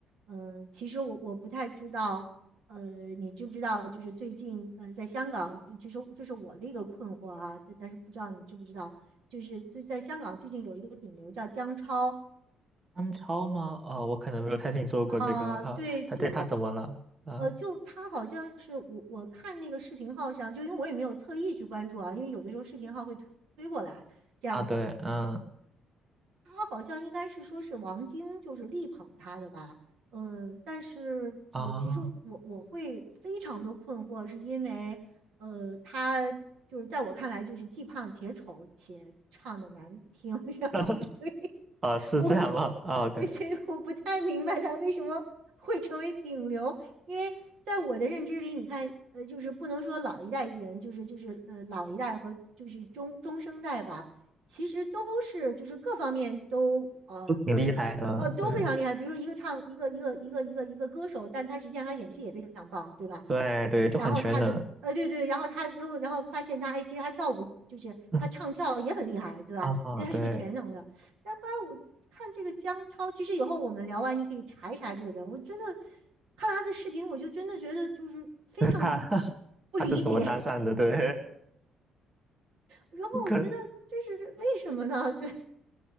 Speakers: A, on the right; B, on the right.
A: 嗯，其实我我不太知道，呃，你知不知道？就是最近，呃，在香港，其实这是我的一个困惑啊，但但是不知道你知不知道，就是最在香港最近有一个顶流叫姜超
B: 安超吗？哦，我可能没有太听说过这个啊。
A: 啊、对，
B: 他对他怎么了？
A: 就
B: 啊
A: 呃，就他好像是我我看那个视频号上，就因为我也没有特意去关注啊，因为有的时候视频号会推推过来这样子，
B: 啊，对，嗯
A: 他好像应该是说是王晶就是力捧他的吧，呃，但是呃，
B: 啊
A: 其实我我会非常的困惑，是因为呃，他就是在我看来就是既胖且丑且唱的难听，<laughs> 然后所以
B: <laughs> 啊，是这样吗？
A: 我
B: 啊对，
A: 对，所以我不太明白他为什么会成为顶流，因为在我的认知里，你看，呃，就是不能说老一代艺人，就是就是呃老一代和就是中中生代吧，其实都是就是各方面都呃就是呃都非常厉害。
B: 都挺厉害的，对
A: 比如说一个唱一个一个一个一个一个歌手，但他实际上他演戏也非常棒，对吧？
B: 对对，就很全能。
A: 然后他的呃，对对，然后他又然后发现他哎，其实他跳舞就是他唱跳也很厉害，
B: <laughs>
A: 对吧？
B: 啊，
A: 所以他是个全能的。
B: 对，
A: 但后来我看这个姜超，其实以后我们聊完你可以查一查这个人，我真的看了他的视频，我就真的觉得就是非常的
B: <laughs> 他 <laughs>
A: 不理解，
B: 他是怎么搭讪的？
A: <laughs>
B: 对，
A: 然后我觉得这是为什么呢？
B: <laughs> 可能。
A: <laughs> 对，